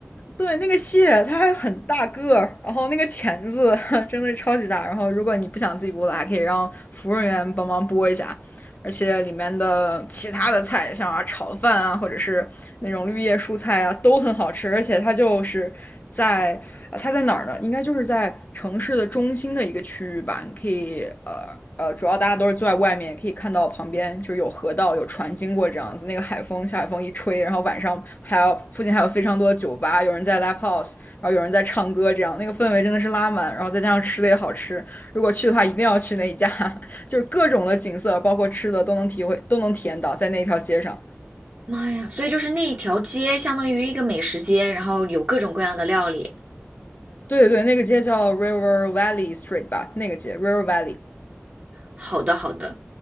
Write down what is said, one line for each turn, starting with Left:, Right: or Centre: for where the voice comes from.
Left: 对，那个蟹它还很大个儿，然后那个钳子 <laughs> 真的是超级大。然后如果你不想自己剥的，还可以让服务员帮忙剥一下。而且里面的其他的菜，像啊炒饭啊，或者是那种绿叶蔬菜啊，都很好吃。而且它就是在啊，它在哪儿呢？应该就是在城市的中心的一个区域吧。你可以呃呃，主要大家都是坐在外面，也可以看到旁边就是有河道、有船经过这样子。那个海风，下海风一吹，然后晚上还有附近还有非常多的酒吧，有人在 live house，然后有人在唱歌，这样那个氛围真的是拉满。然后再加上吃的也好吃，如果去的话一定要去那一家。<laughs> 就是各种的景色，包括吃的都能体会，都能体验到在那一条街上。
Right: 妈呀！所以就是那一条街相当于一个美食街，然后有各种各样的料理。
Left: 对对对，那个街叫 River Valley Street 吧，那个街 River Valley。
Right: 好的，好的。